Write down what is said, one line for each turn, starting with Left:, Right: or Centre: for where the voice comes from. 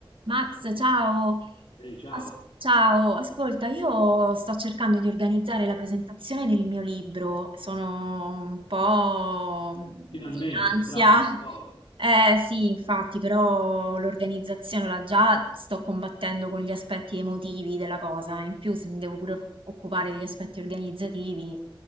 Right: Max, ciao.
Left: Ehi, ciao.
Right: As- ciao, ascolta, io sto cercando di organizzare la presentazione del mio libro, sono un po' mm,
Left: Finalmente,
Right: in ansia.
Left: brava.
Right: <laughs>
Left: Oh,
Right: Eh sì, infatti, però l'organizzazione la già sto combattendo con gli aspetti emotivi della cosa, in più se mi devo pure occupare degli aspetti organizzativi,